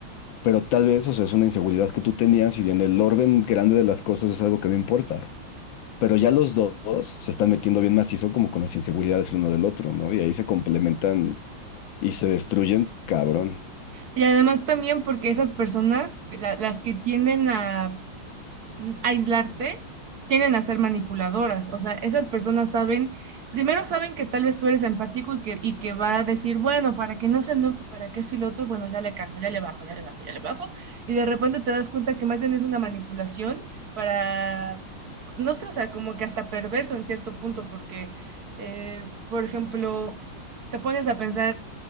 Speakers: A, on the left; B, on the right.
A: pero tal vez, o sea, es una inseguridad que tú tenías y en el orden grande de las cosas es algo que no importa. pero ya los dos se están metiendo bien macizo como con las inseguridades el uno del otro, ¿no? Y ahí se complementan y se destruyen, cabrón.
B: Y además también porque esas personas, que la- las que tienden a mm, aislarte, tienden a ser manipuladoras. O sea, esas personas saben, primero saben que tal vez tú eres empático y que, y que va a decir, bueno, para que no se enoje, para que esto y lo otro, bueno, ya le calmo, ya le bajo, ya le bajo, ya le bajo. Y de repente te das cuenta que más bien es una manipulación para, no sé, o sea, como que hasta perverso en cierto punto, porque, eh, por ejemplo, te pones a pensar,